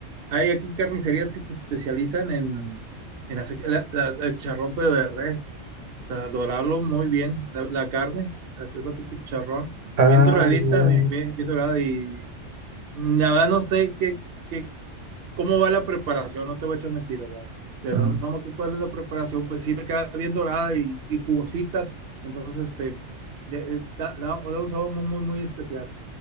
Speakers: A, on the right; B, on the right.
A: Hay aquí carnicerías que se especializan en, en hacer la- la- el charrón, pero de res. O sea, dorarlo muy bien, la, la carne, hacerlo tipo charrón,
B: Ah,
A: bien doradita,
B: ya.
A: bien, bien, bien dorada. Y nada, no sé qué, qué, cómo va la preparación, no te voy a echar mentiras, ¿verdad? Pero
B: Ah,
A: no me acuerdo cuál es la preparación, pues sí le queda bien dorada y, y jugosita. Entonces, este, de- de- da, da- da un sabor muy, muy, muy especial.